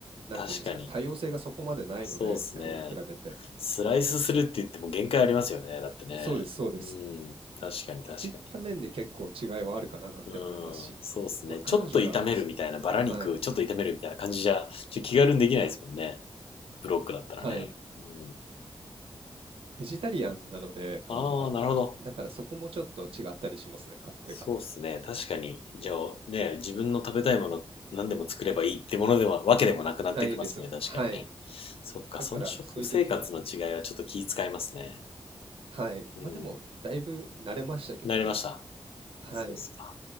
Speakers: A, on the right (about 75°); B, on the left (about 85°).
A: なんていうんですかね多様性がそこまでないので日本と比べて
B: 確かに。そうっすね。スライスするって言っても限界ありますよね。だってね。
A: そうですそうです
B: うん。確かに確かに。
A: っていった面で結構違いはあるかななんて思いますし、
B: うん、そうっすね。
A: まあ、
B: ちょっと炒めるみたいな、
A: 彼女がそ、
B: バラ肉ちょっと炒めるみたいな感じじゃ、
A: はい、
B: ちょっと気軽にできないですもんね。ブロックだったらね。
A: はい、
B: うん。
A: ベジタリアンなので、彼女が。
B: ああ、なるほど。
A: だからそこもちょっと違ったりしますね、勝手が。
B: そうっすね。確かに。じゃあ、ね、自分の食べたいもの何でも作ればいいってものでは、わけでもなくなってきますね。
A: ないですねはい。
B: 確かにね。そっか、
A: だからそういう時は、
B: その食生活の違いはちょっと気遣いますね。
A: はい。
B: うん。
A: まあでも、だいぶ慣れましたけどね。
B: なりました。
A: はい。
B: そうっすか。